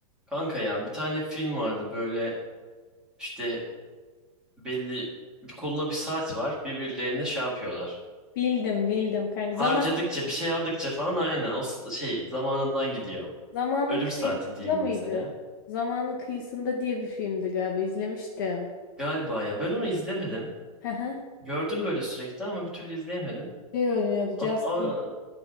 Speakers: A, in the centre; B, on the left.
A: Kanka ya bir tane film vardı böyle işte belli bir koluna bir saat var birbirlerine şey yapıyorlar.
B: Bildim bildim kanka.
A: Harcadıkça
B: Zaman
A: bir şey aldıkça falan aynen o s- şey zamanından gidiyor.
B: zamanın
A: Ölüm
B: kıyısında
A: saati diyeyim
B: mıydı?
A: mesela.
B: Zamanın kıyısında diye bir filmdi galiba izlemiştim.
A: Galiba ya ben onu izlemedim.
B: Hı hı.
A: Gördüm böyle sürekli ama bir türlü izleyemedim.
B: Şey oynuyordu
A: A-
B: Justin
A: a-